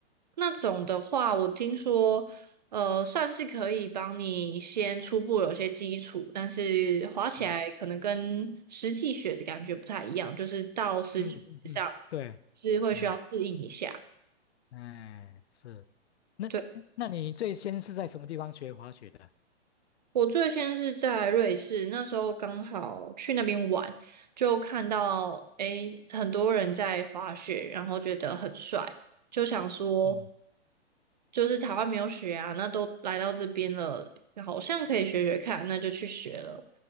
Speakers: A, on the right; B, on the left.
A: 那种的话，我听说，呃，算是可以帮你先初步有些基础，但是滑起来可能跟实际雪的感觉不太一样，
B: 嗯
A: 就是到实际雪上
B: 嗯嗯嗯，对，
A: 是会需要适应一下。
B: 嗯。哎，是。那那你最先是在什么地方学滑雪的？
A: 对，我最先是在瑞士，那时候刚好去那边玩，就看到诶很多人在滑雪，然后觉得很帅，就想说
B: 嗯
A: 就是台湾没有雪啊，那都来到这边了，好像可以学学看，那就去学了。